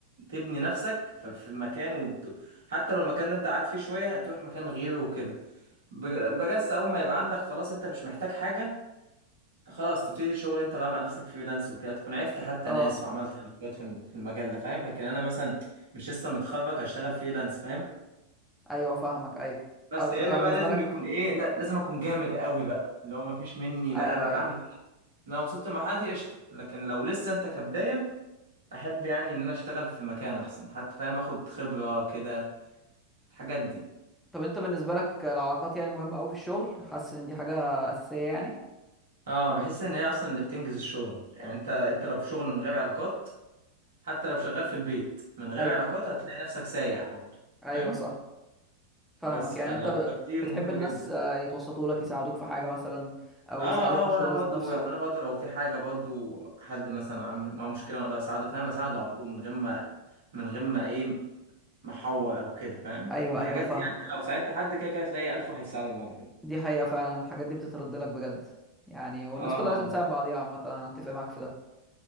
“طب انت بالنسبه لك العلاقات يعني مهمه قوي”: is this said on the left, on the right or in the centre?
Centre